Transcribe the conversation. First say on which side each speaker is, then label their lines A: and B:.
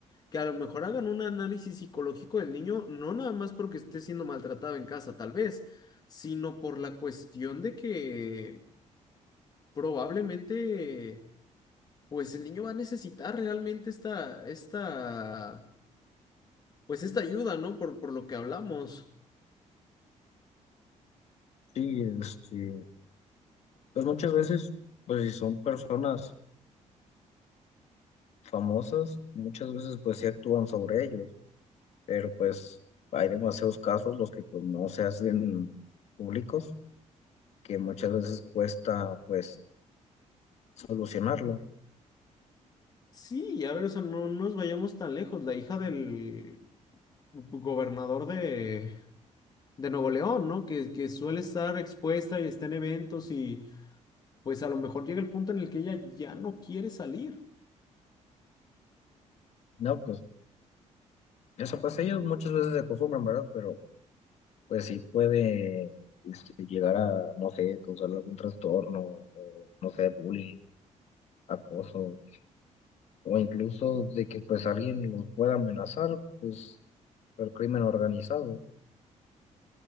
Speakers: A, on the left; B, on the left.
A: que a lo mejor hagan un análisis psicológico del niño, no nada más porque esté siendo maltratado en casa, tal vez, sino por la cuestión de que probablemente, pues el niño va a necesitar realmente esta, esta, pues esta ayuda, ¿no? Por, por lo que hablamos.
B: Sí, este, pues muchas veces, pues si son personas famosas, muchas veces pues sí actúan sobre ellos, pero pues hay demasiados casos los que pues no se hacen públicos que muchas veces cuesta pues solucionarlo.
A: Sí, a ver, o sea, no nos vayamos tan lejos. La hija del gobernador de de Nuevo León, ¿no? Que, que suele estar expuesta y está en eventos y pues a lo mejor llega el punto en el que ella ya no quiere salir.
B: No, pues eso pues ellos muchas veces se acostumbran, ¿verdad? Pero pues sí puede este, llegar a, no sé, causar algún trastorno o no sé, bullying, acoso o incluso de que pues alguien los pueda amenazar, pues por crimen organizado.